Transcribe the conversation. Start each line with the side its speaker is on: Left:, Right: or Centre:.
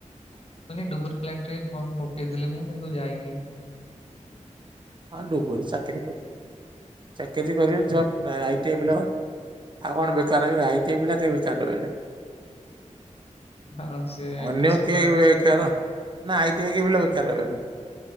Left: <unintelligible> ଡୁବୁରୀ ପ୍ଲାଣ୍ଟରେ ଫର୍ମ ପକେଇଥିଲି କିନ୍ତୁ ଯାଇନି।
Right: ହଁ ଡୁବୁରୀ ଚାକିରି କରିବ ଚାକିରି କରିବେ
Left: ହଁ
Right: ଜବ୍ ଆଇଟିଇ ପିଲା କ ଆଉ କଣ ବେକାର ରହ ଆଇଟିଆଇ ପିଲା କେ ବେକାର ରହିବେନି।
Left: ହଁ ସେ ଆଇ
Right: ଅନ୍ୟ
Left: ଟି ସରିଲା
Right: କେ
Left: ପରେ
Right: ବେକାର
Left: ପକେଇବ।
Right: ନାଁ ଆଇ ଟି ଆଇ ପିଲା ବେକାର ରହିବେନି।